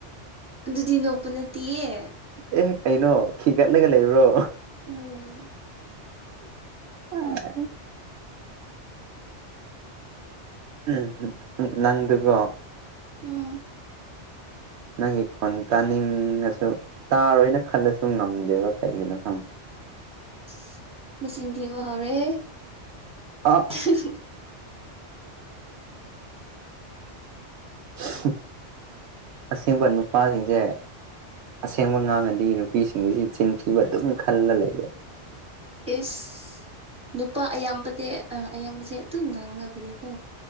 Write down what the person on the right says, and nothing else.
ꯑꯦ ꯀꯩꯅꯣ ꯈꯤꯒꯠꯂꯒ ꯂꯩꯕ꯭ꯔꯣ
ꯑꯥ ꯎꯝ ꯍꯨꯍꯥ ꯅꯪꯗꯨꯀꯣ
ꯅꯪꯒꯤ ꯈꯣꯟ ꯇꯥꯅꯤꯡꯉꯁꯨ ꯇꯥꯔꯣꯏꯅ ꯈꯜꯂꯁꯨ ꯉꯝꯗꯦꯕ ꯀꯩꯒꯤꯅꯣ ꯈꯪ
<unintelligible>
ꯍꯥ ꯑꯁꯦꯡꯕ ꯅꯨꯄꯥꯁꯤꯡꯁꯦ ꯑꯁꯦꯡꯕ ꯉꯥꯡꯉꯗꯤ ꯅꯨꯄꯤꯁꯤꯡꯁꯤ ꯆꯤꯟ ꯊꯤꯕ ꯑꯗꯨꯝ ꯈꯜꯂ ꯂꯩꯔꯦ